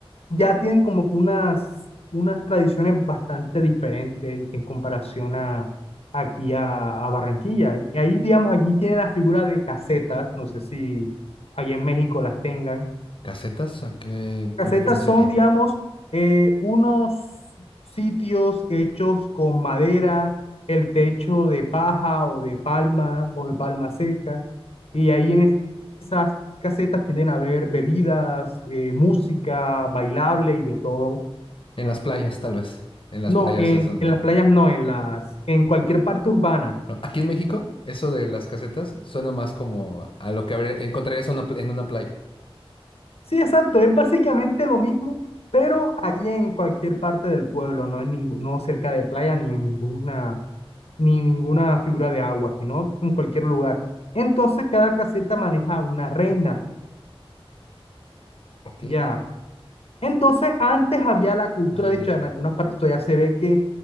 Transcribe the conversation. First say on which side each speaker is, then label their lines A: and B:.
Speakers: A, on the left; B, on the left.
A: ya tienen como que unas, unas tradiciones bastante diferentes en comparación a aquí a, a Barranquilla. Y ahí, digamos, aquí tiene la figura de casetas, no sé si ahí en México las tengan
B: casetas, ¿a qué-
A: casetas
B: ¿en referencia
A: son,
B: a qué?
A: digamos, eh, unos sitios hechos con madera, el techo de paja o de palma o de palma seca, y ahí en es- esas casetas tienden a haber bebidas, eh, música, bailable y de todo.
B: En las playas, tal vez. En las
A: No,
B: playas
A: en,
B: es donde...
A: en las playas no, en las, en cualquier parte urbana.
B: No, aquí en México, eso de las casetas suena más como a lo que habría- encontrarías en una, pla- en una playa.
A: Sí, exacto, es básicamente lo mismo, pero aquí en cualquier parte del pueblo, no en ningún, no cerca de playa ni en ningún ni ninguna figura de agua, sino en cualquier lugar. Entonces cada caseta maneja una reina,
B: Ok,
A: ya. Entonces antes había la cultura,
B: la reina.
A: de hecho en algunas partes todavía se ve que